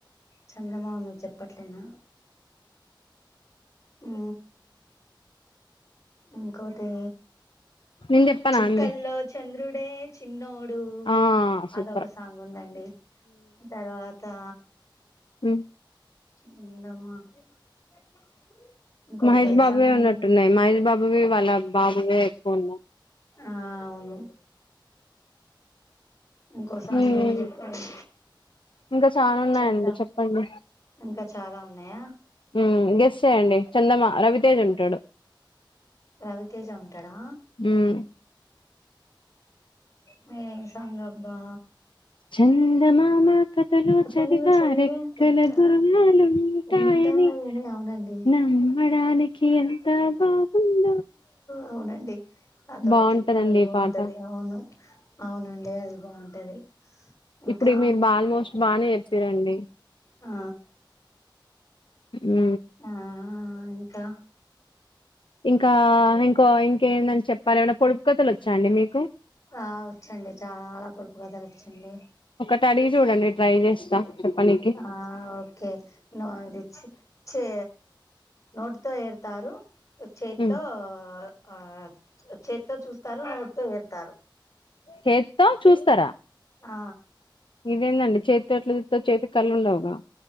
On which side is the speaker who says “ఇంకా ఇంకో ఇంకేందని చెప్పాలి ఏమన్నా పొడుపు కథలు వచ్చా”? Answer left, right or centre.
Left